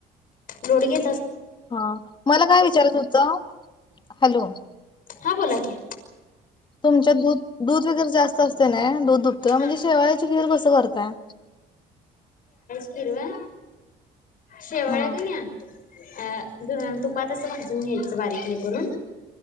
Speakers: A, on the left (about 55°); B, on the left (about 25°).
A: लोड घ
B: हा मला काय विचारायच होत हॅलो
A: हां बोला की
B: तुमच्यात दूध दूध वगैरे जास्त असते ना दध दुध म्हणजे
A: हा
B: शेवायाची खीर कस करताय
A: हिरवा शेवाळ्या
B: हा
A: कन्यी अ तुपात असं भाजून घ्यायचं बारीक करून